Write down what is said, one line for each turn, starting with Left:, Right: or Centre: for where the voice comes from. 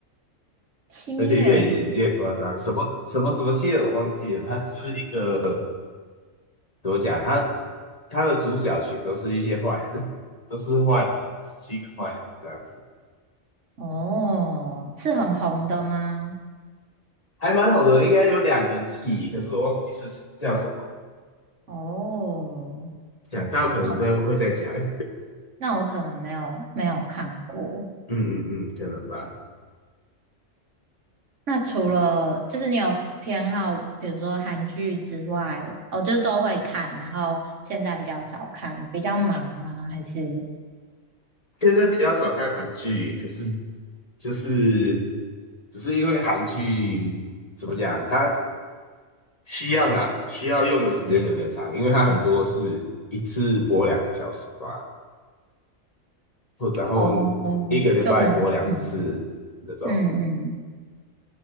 Right: 七人
Left: 而且越演越夸张，什么什么什么七人我忘记了，他是一个怎么讲，他他的主角群都是一些坏人，都是坏人，是七个坏人这样子，
Right: 哦，是很红的吗？
Left: 还蛮好的，应该有两个记忆，可是我忘记是叫什么。
Right: 哦，
Left: 讲到可能再会再讲，
Right: 哦
Left: 嗯
Right: 那我可能没有没有看过。
Left: 嗯嗯，可能吧。
Right: 那除了就是你有偏好，比如说韩剧之外，哦，就是都会看，然后现在比较少看，比较忙吗？还是
Left: 现在比较少看韩剧，可是就是只是因为韩剧怎么讲，它需要拿需要用的时间有点长，因为它很多是一次播两个小时吧，或然后
Right: 哦，
Left: 一个礼拜播两次那种，
Right: 就可能嗯嗯嗯